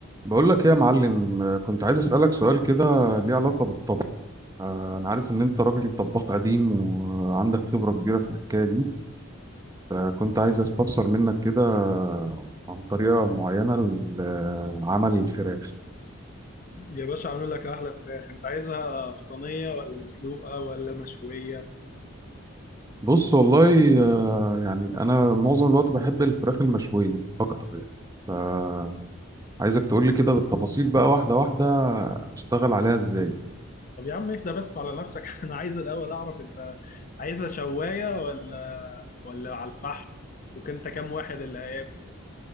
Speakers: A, on the right (about 15°); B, on the left (about 40°).
A: بقول لك ايه يا معلم آه، كنت عايز اسالك سؤال كده ليه علاقه بالطبخ آه، انا عارف ان انت راجل طباخ قديم وعندك خبره كبيره في الحكايه دي فكنت عايز استفسر منك كده عن طريقه معينه لعمل الفراخ
B: يا باشا عامل لك احلى فراخ انت عايزها في صينيه ولا مسلوقه ولا مشويه
A: بص والله آه، يعني انا معظم الوقت بحب الفراخ المشويه اكتر يعني فعايزك تقول لي كده بالتفاصيل بقى واحده واحده اشتغل عليها ازاي
B: طب يا عم اهدى بس على نفسك <laughs> انا عايز الاول اعرف انت عايزها شوايه ولا ولا على الفحم وكنت كام واحد اللي هياكل